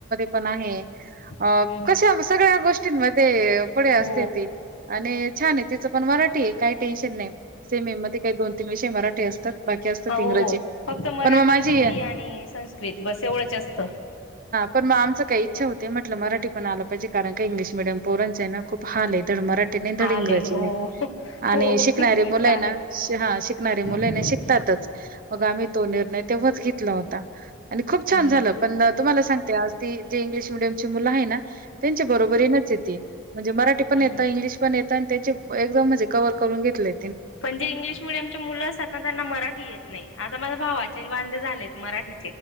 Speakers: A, on the right; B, on the left.
A: पण आहे अ
B: हम्म
A: कशा
B: हम्म
A: सगळ्या गोष्टींमध्ये पुढे असते
B: हो
A: ती आणि छान आहे तिचं पण मराठी आहे काही टेन्शन नाही सेमे मध्ये काही दोन तीन विषय मराठी असतात बाकी असतात
B: हो
A: इंग्रजी.
B: हो फक्त मराठी
A: पण मग माझी
B: हिंदी आणि संस्कृत बस एवढंच असत
A: पर ममचं काही इच्छा होते म्हट मराठी पण आलं पाहिजे कारण का इंगलिश मिडयम पोरंच आहे ना खूप हल आहे मरा नाही
B: आले
A: थडी अंग्रजीने
B: हो
A: आणि
B: हो
A: शिकणारी
B: ही गोष्ट
A: मुलं
B: आहे
A: ना हा शिकणारी
B: हम्म
A: मुलं ना शिकतातच मग आम्ही तो निर्णय तेव्हाच घेतला होता आणि खूप छान
B: हम्म
A: झाला पण आजी जे इंग्लिश मिडियमची मुलं आहे ना त्यांच्या बरोबरीच म्हणजे मराठी पण
B: हम्म
A: येत इंग्लि पण येत एकदम म्हणजे कववर करून घेतले
B: पण जे इंग्लिश मिडियम मुलं असतात ना त्यांना मराठी येत नाही आता माझ्या भावाचे वांदे झालेत मराठी